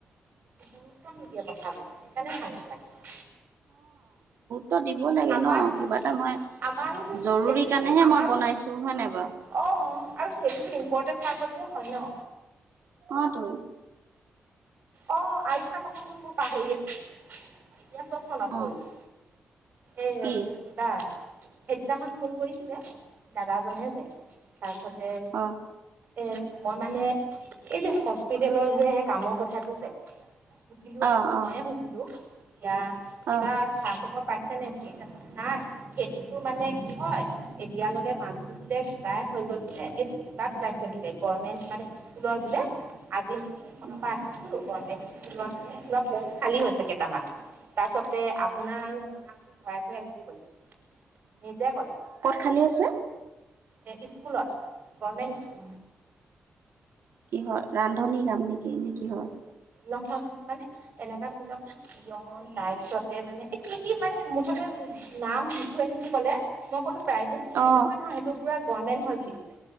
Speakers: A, on the right; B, on the right.
A: গুৰুত্ব নিদিয়ে কথাবোৰ সেইকাৰণে ভাল নালাগে।
B: তোৰ দিব লাগে
A: আমাৰোতো
B: ন কিবা এটা মই
A: আমাৰোতো
B: জৰুৰী
A: সেইটোৱেতো
B: কাৰণেহে
A: আমাৰো
B: মই বনাইছোঁ হয় নাই বাৰু
A: অ' আৰু সেইটোতো ইম্পৰ্টেণ্ট কামতে হয় ন।
B: অহ'টো
A: অ', আৰু এটা কথা ক'ব মই পাহৰি আছোঁ, এতিয়া চব মনত
B: অ'
A: পৰিব। এ,
B: কি
A: কিবা সেইদিনাখন ফোন কৰিছিলে দাদাজনে যে, তাৰপিছত যে,
B: অ'
A: এই মই মানে এই যে, হস্পিতেলৰ যে, সেই কামৰ কথাটো যে, সুধিলোঁ
B: অ'
A: আকৌ
B: অ'
A: মইয়ে সুধিলোঁ, ইয়া কিবা
B: অ'
A: খা, খবৰ পাই <unintelligible> নাই সেইটোতো মানে কি হয়। এতিয়ালৈকে মানুহ বোলে <unintelligible> হৈ গৈছিলে এইটো কিবাত ওলাইছে বোলে গভমেণ্ট মানে ইস্কুলত যে, আজিখনৰ
B: উম।
A: <unintelligible> গভমেণ্ট ইস্কুলত মানে কিবা পষ্ট খালী হৈছে কেইটামান, তাৰছতে আপোনাৰ আৰু মোৰ নাম ভৰাই থৈ আহিছোঁ কৈছে, নিজে ক'লে।
B: ক'ত খালী আছে?
A: এ ইস্কুলত, গভমেণ্ট ইস্কুল।
B: কিহৰ ৰান্ধনী কাম নেকি? নে কিহৰ?
A: নহয়, মানে এনেকা ধৰি লওঁক পিয়ন তাৰপিছত মানে এ' কি, কি মানে মুঠতে নাম দি থৈ আহিছোঁ ক'লে, মই ক'লো প্ৰায়ভেট নেকি?
B: অ'
A: নহয়, নহয় সেইটো পুৰা গৰমেন্ট হয়, বুলি কৈছে।